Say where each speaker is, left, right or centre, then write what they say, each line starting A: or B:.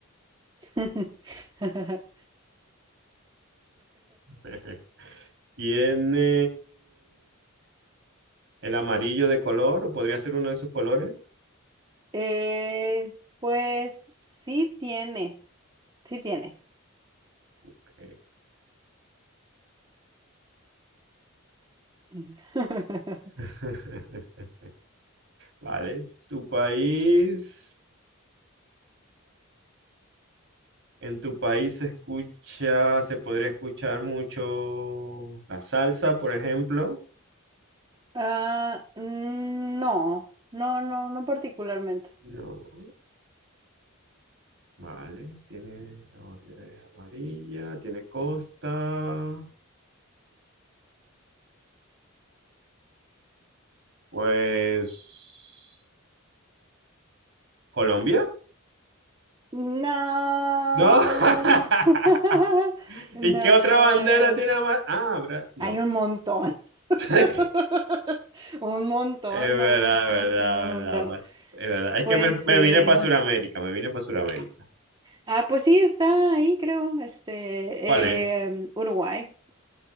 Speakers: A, on the right; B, on the right.
A: <laughs>
B: <laughs> tiene el amarillo de color o podría ser uno de sus colores.
A: Eh, pues sí tiene, sí tiene.
B: Ok.
A: <laughs>
B: <laughs> Vale. Tu país, en tu país se escucha, se podría escuchar mucho la salsa, por ejemplo.
A: Ah, mm, no, no, no, no particularmente.
B: No. Vale, tiene la bandera es amarilla, tiene costa. Pues Colombia?
A: No.
B: No.
A: <laughs>
B: <laughs>
A: No.
B: ¿Y qué otra bandera tiene amarilla? Ah, Bra- no.
A: Hay un montón. <laughs>
B: <laughs>
A: Un montón,
B: Es verdad,
A: no manches,
B: es verdad,
A: un
B: es
A: montón.
B: verdad, pues, es verdad. Es
A: Pues
B: que me, Sí.
A: sí.
B: me vine para Sudamérica, me vine para Sudamérica.
A: Ah, pues sí, está ahí, creo. Este,
B: ¿Cuál es?
A: em, Uruguay.